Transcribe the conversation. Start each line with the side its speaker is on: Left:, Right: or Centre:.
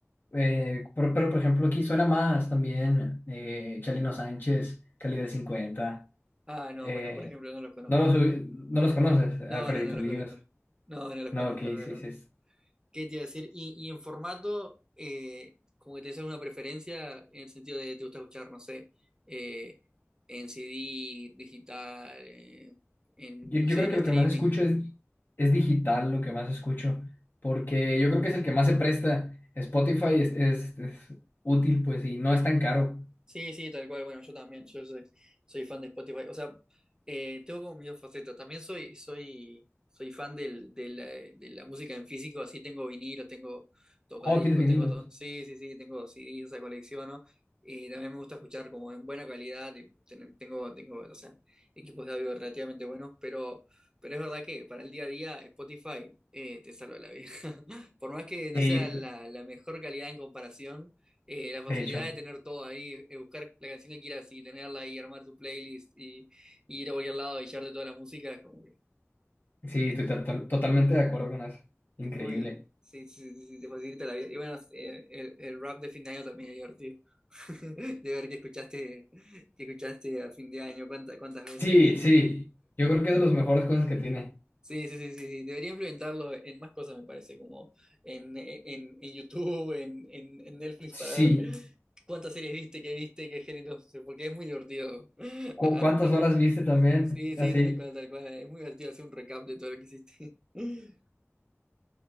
Left: eh, pero, pero, por ejemplo, aquí suena más también eh, Chalino Sánchez, Calibre cincuenta
Right: Ah, no,
Left: eh,
Right: bueno, por ejemplo, no los conozco.
Left: no los, ubi- no los conoces, Alfredito
Right: No, no, no los
Left: Olivas.
Right: conozco. No, no los
Left: No,
Right: conozco,
Left: ok,
Right: no los
Left: sí,
Right: conozco.
Left: sí. es-
Right: ¿Qué te iba a decir? Y, y en formato, eh, como que te haces una preferencia en el sentido de te gusta escuchar, no sé, eh, en CD, digital, eh, en,
Left: Yo,
Right: no
Left: yo
Right: sé,
Left: creo
Right: en
Left: que
Right: streaming.
Left: lo que más escucho es, es digital, lo que más escucho, porque yo creo que es el que más se presta. Spotify es, es es útil, pues, y no es tan caro.
Right: Sí, sí, tal cual. Bueno, yo también, yo soy, soy fan de Spotify. O sea, eh, tengo como mis dos facetas. También soy, soy, soy fan del, de la, de la música en físico, así tengo vinilos, tengo tocadiscos,
Left: Oh, tienes vinilos.
Right: tengo to- sí, sí, sí, tengo CDs, esa colecciono. Y también me gusta escuchar como en buena calidad, y ten- tengo, tengo, o sea, equipos de audio relativamente buenos, pero, pero es verdad que para el día a día Spotify eh, te salva la vida. <laughs> Por más que no
Left: Sí,
Right: sea la, la mejor calidad en comparación eh, la facilidad
Left: de hecho,
Right: de tener todo ahí, eh, buscar la canción que quieras y tenerla ahí, armar tu playlist y, y ir a cualquier lado y llevarte toda la música, es como que
Left: sí, estoy to- to- totalmente de acuerdo con eso. Increíble.
Right: es muy, sí, sí, sí, sí, te facilita la vida. Y bueno, eh, el, el rap de fin de año también es divertido. <laughs> De ver que escuchaste, que escuchaste a fin de año, cuántas, cuántas veces.
Left: Sí, sí, yo creo que es de las mejores cosas que tiene.
Right: Sí, sí, sí, sí, sí. Debería implementarlo en más cosas, me parece, como en, eh, en, en YouTube, en, en, en Netflix,
Left: Sí,
Right: para ver cuántas series viste, qué viste, qué géneros, porque es muy divertido. <laughs>
Left: ¿Cu-
Right: A-
Left: cuántas
Right: a- a fin-
Left: horas viste también?
Right: Sí, sí,
Left: Así,
Right: tal cual, tal cual. Es muy divertido hacer un recap de todo lo que hiciste. <laughs>